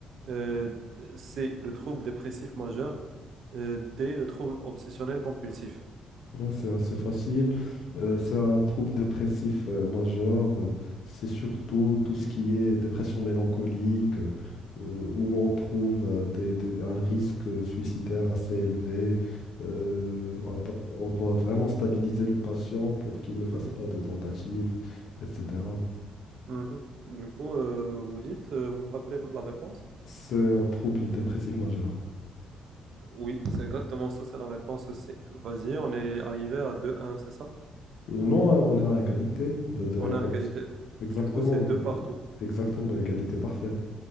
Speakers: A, on the right; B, on the left.
A: euh, c'est le trouble dépressif majeur, euh, D, le trouble obsessionnel compulsif.
B: Ouais, c'est assez facile. Euh, c'est un trouble dépressif euh, majeur. Euh, C'est surtout tout ce qui est dépression mélancolique, euh, euh, où on trouve euh, des- des- un risque euh, suicidaire assez élevé. Euh, on pa- on doit vraiment stabiliser le patient pour qu'il ne fasse
A: Mhm,
B: pas de tentatives, etc.
A: mhm. Du coup, euh, vous dites, euh, vous me rappelez la réponse?
B: C'est un trouble dépressif majeur.
A: Oui, c'est exactement ça, c'est la réponse C. Vas-y, on est arrivé à deux un, c'est ça?
B: Euh, non, hein, on est à égalité de, de réponse.
A: On est à égalité.
B: Exactement,
A: Du coup, c'est
B: égalité,
A: deux partout.
B: exactement, égalité parfaite.